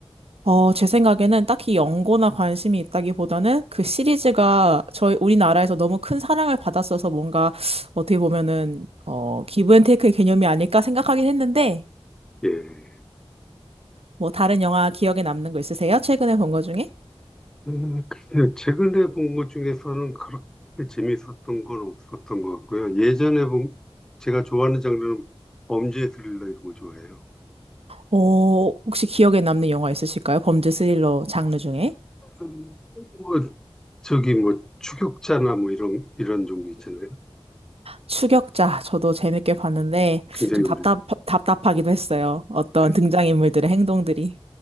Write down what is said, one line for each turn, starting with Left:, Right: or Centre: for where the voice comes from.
Right: 어, 제 생각에는 딱히 연고나 관심이 있다기보다는 그 시리즈가 저희 우리나라에서 너무 큰 사랑을 받았어서 뭔가 어떻게 보면은 어, 기브앤테이크의 개념이 아닐까 생각하긴 했는데
Centre: 예.
Right: 뭐 다른 영화 기억에 남는 거 있으세요? 최근에 본 거 중에?
Centre: 음, 글쎄요. 최근에 본 것 중에서는 그렇게 재밌었던 건 없었던 것 같고요. 예전에 본, 제가 좋아하는 장르는 범죄 스릴러 이런 거 좋아해요.
Right: 어, 혹시 기억에 남는 영화 있으실까요? 범죄 스릴러 장르 중에?
Centre: 음, 뭐, 저기 뭐, 추격자나 뭐 이런, 이런 종류 있잖아요.
Right: 추격자 저도 재밌게 봤는데
Centre: 굉장히
Right: 좀
Centre: 오래된.
Right: 답답 답답하기도 했어요. 어떤
Centre: 예.
Right: 등장인물들의 행동들이.